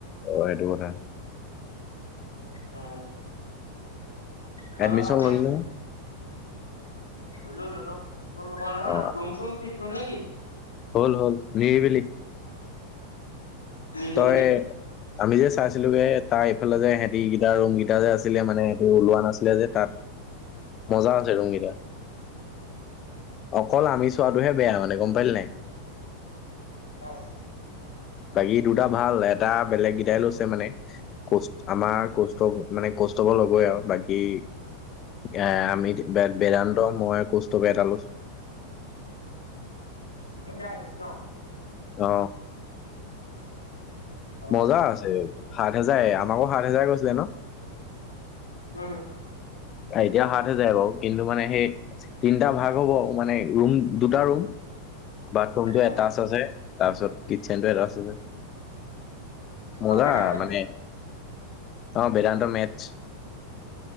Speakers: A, on the left; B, on the left.
A: অঁ 'এইটো কথা
B: উম তহঁতৰ
A: এডমিশন
B: ভাত চাত
A: ললেো।
B: ললো ললো হ -নহ ন
A: অ',
B: ৰৰুম চুম ঠিক্ হ'ল নেকি?
A: হ'ল হল নিৰিবিলি
B: নিজিবিল
A: তই আমি যে চাইছিলোগে তাৰ ইফালে যে সিহঁতি কেইটা ৰুম কেইটা যে আছিলে মানে সিহতি ওলোৱা নাছিলে যে তাত মজা আছে ৰুমকেইতা অকল আমি চোৱাটোহে বেয়া মানে গম পাল নাই।
B: অহ'
A: বাকী দুটা ভাল এটা। বেলেগ কেইটাই লৈছে মানে ক? আমাৰ কষ্ট মানে কষ্টবোৰ লগয় আৰু বাকী এ আমি বেদান্ত মই কৌষ্টপে এটা লৈছো
B: তিনিতা থাকিবি ন?
A: আহ'
B: অ
A: মজা আছে সাত হেজাৰ আমাকো সাত হেজাৰ কৈছিলে ন
B: উম
A: এতিয়া সাত হেজাৰ বাৰু কিন্তু মানে সেই তিনিটা ভাগ হ'ব মানে ৰুম দুটা ৰুম বাথৰুম টো
B: উম
A: এটাচ আছে। তাৰপাছত কিচেন টো এটা আছে। মলা
B: অ বেদান্তই
A: মানে অঁ বেদান্ত মেথ